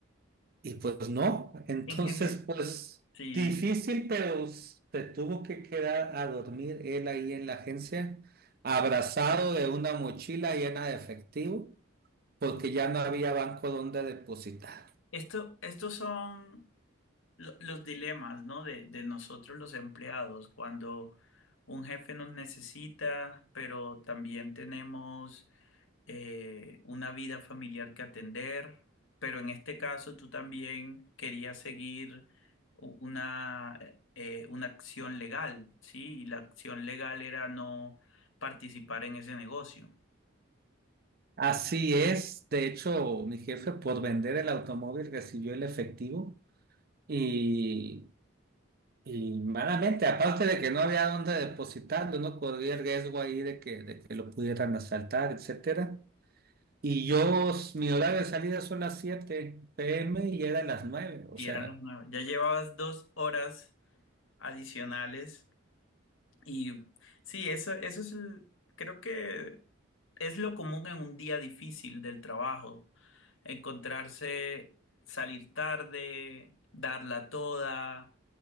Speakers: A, on the right; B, on the left.
A: y pues no, entonces
B: En general,
A: pues
B: sí.
A: difícil, pero se tuvo que quedar a dormir él ahí en la agencia, abrazado de una mochila llena de efectivo, porque ya no había banco donde depositar.
B: Esto, estos son lo- los dilemas, ¿no? De, de nosotros los empleados, cuando un jefe nos necesita, pero también tenemos eh, una vida familiar que atender, pero en este caso tú también querías seguir u- una, eh, una acción legal, ¿sí? Y la acción legal era no participar en ese negocio.
A: Así es, de hecho, mi jefe por vender el automóvil recibió el efectivo y, y malamente, aparte de que no había donde depositarlo, no corría el riesgo ahí de que, de que lo pudieran asaltar, etcétera. Y yo, mi horario de salida son las 7 pm y era las nueve O
B: Y
A: sea,
B: eran los nueve. Ya llevabas dos horas adicionales Y sí, eso, eso es, el- creo que es lo común en un día difícil del trabajo, encontrarse, salir tarde, darla toda,